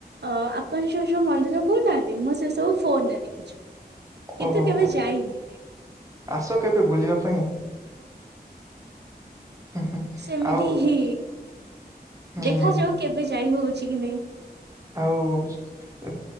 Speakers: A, on the right; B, on the right.
A: ଅ ଆପଣଯୋଉ ଯୋଉ ମନ୍ଦିର କହୁନାହାନ୍ତି ମୁଁ ସେ ସବୁ ଫୋନରେ ଦେଖିଛି। କିନ୍ତୁ
B: ଓହୋ
A: କେବେ ଯାଇନି।
B: ଆସ କେବେ ବୁଲିବା ପାଇଁ। ହୁଁ ହୁଁ
A: ସେମିତି
B: ଆଉ
A: ହି
B: ହୁଁ।
A: ଦେଖାଯାଉ କେବେ ଯାଇ ହଉଛି କି ନାଇଁ।
B: ଆଉ ଉ